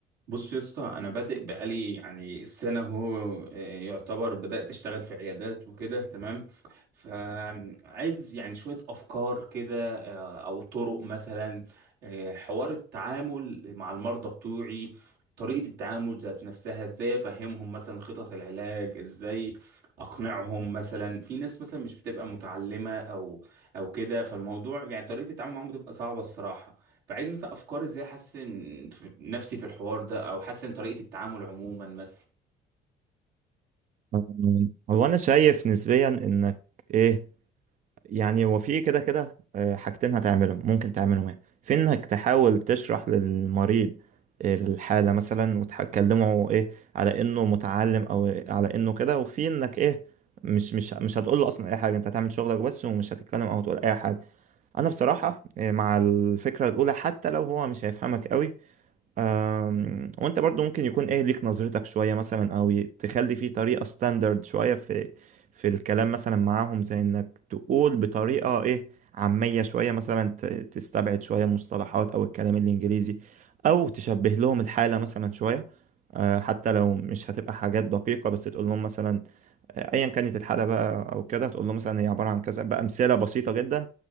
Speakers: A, on the right; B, on the right.
A: بص يا اسطى انا بادئ بقالي يعني سنه هو يعتبر بدات اشتغل في عيادات وكده تمام فعايز يعني شويه افكار كده آه، او طرق مثلا آه، حوار التعامل مع المرضى بتوعي طريقه التعامل ذات نفسها ازاي افهمهم مثلا خطط العلاج ازاي اقنعهم مثلا في ناس مثلا مش بتبقى متعلمه او او كده فالموضوع يعني طريقه التعامل معاهم بتبقى صعبه الصراحه فعايز مثلا افكار ازاي احسن في- نفسي في الحوار ده او احسن طريقة التعامل عموما مثلا
B: أم، هو انا شايف نسبيا انك ايه يعني هو في كده كده آه، حاجتين هتعملهم ممكن تعملهم يعني في انك تحاول تشرح للمريض الحالة مثلا وتكلمه ايه على انه متعلم او على انه كده وفي انك ايه مش مش مش هتقول له اصلا اي حاجة انت هتعمل شغلك بس ومش هتتكلم او تقول اي حاجة انا بصراحة آه، مع الفكرة الاولى حتى لو هو مش هيفهمك قوي أم، وانت برضو ممكن يكون ايه ليك نظرتك شوية مثلا او ي- تخلي فيه طريقة ستاندرد شوية في في الكلام مثلا معاهم زي انك تقول بطريقة ايه عامية شوية مثلا ت- تستبعد شوية المصطلحات او الكلام الانجليزي او تشبه لهم الحالة مثلا شوية أه، حتى لو مش هتبقى حاجات دقيقة بس تقول لهم مثلا أه، ايا كانت الحالة بقى او كده تقول لهم مثلا هي عبارة عن كذا بأمثلة بسيطة جدا